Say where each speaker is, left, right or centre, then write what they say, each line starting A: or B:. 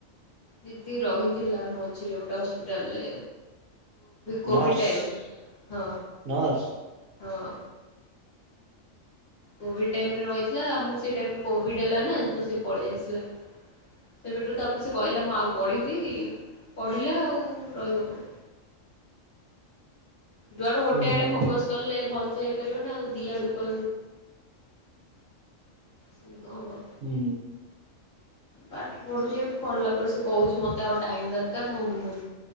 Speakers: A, on the left (about 45°); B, on the right (about 85°).
A: ଦିଦି ରହିଥିଲା ମଝିରେ ଗୋଟେ ହସ୍ପିଟାଲରେ। କଭିିଡ
B: ନର୍ସ
A: ଟାଇମରେ ହଁ
B: ନର୍ସ
A: ହଁ। କୋଭିଡ ଟାଇରେ ରହିଥିଲା ଆମକୁ ସେ ଟାଇ କୋଭିଡ ହେଲା ନା ତ ସେ ପଳେଇ ଆସିଲା। ସେବେଠୁ ତାପରେ ସେ କହିଲା ମୁଁ ଆଉ ପଢ଼ିବି ପଢ଼ିଲା ଆଉ ରହିବ କଣ? ଯୁଆଡୁ ଗୋଟେ
B: ଓହୋ
A: ଆଡେ ଫୋକସ କଲେ ଭଲସେ ହେଇପାରିବ ନା ଆଉ ଦିଆଡକୁ ସୁବିଧା ବ
B: ହୁଁ।
A: ପାଠ ପଢୁଛେ ପଢ଼ିଲା ପରେ ସେ କହୁଛି ମତେ ଆଉ ଟାଇମ ଦରକାର ମୁଁ